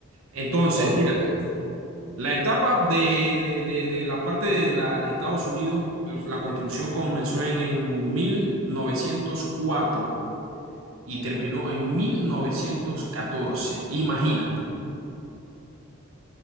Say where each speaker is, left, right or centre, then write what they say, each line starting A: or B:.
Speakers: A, on the right; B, on the right.
A: Entonces,
B: Claro, de-
A: la etapa de, de- de- de la parte de, la, de Estados Unidos, pues, la construcción comenzó en, en 1904 y
B: de-
A: terminó
B: Ujú.
A: en 1914. Imagínate,